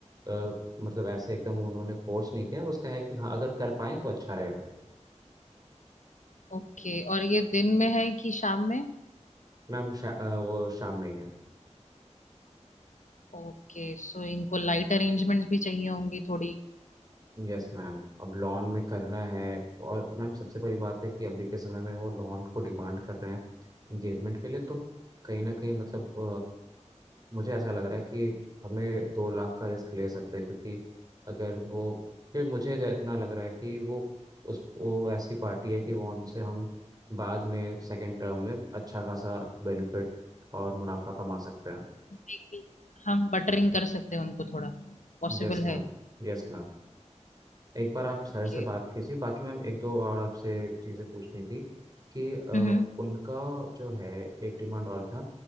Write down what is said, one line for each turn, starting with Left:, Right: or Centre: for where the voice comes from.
Right: अ, मतलब ऐसे एकदम उन्होंने फोर्स नहीं किया उसका है कि हाँ अगर कर पाए तो अच्छा रहेगा
Left: ओके और ये दिन में है कि शाम में
Right: मैम शा, अ, वो शाम में ही है
Left: ओके सो इनको लाइट अरेंजमेंट्स भी चाहिए होंगी थोड़ी
Right: यस मैम अब लॉन में करना है और मैम सबसे बड़ी बात है कि अभी के समय में वो लॉन को डिमांड कर रहे हैं इंगेजमेंट के लिए तो कहीं ना कहीं मतलब अ, मुझे ऐसा लग रहा है कि हमें दो लाख का रिस्क ले सकते हैं क्योंकि अगर वो क्योंकि मुझे ज- इतना लग रहा है कि वो उस वो ऐसी पार्टी है कि वो उनसे हम बाद में सेकेंड टर्म में अच्छा खासा बेनिफिट और मुनाफा कमा सकते हैं
Left: Maybe. हम बटरिंग कर सकते हैं उनको थोड़ा पॉसिबल
Right: Yes
Left: है
Right: ma'am यस मैम एक बार आप सर
Left: Okay
Right: से बात कीजिए बाकी मैम एक दो और आपसे चीज़ें पूछनी थी कि अ,
Left: Hmm
Right: उनका जो है एक डिमांड और था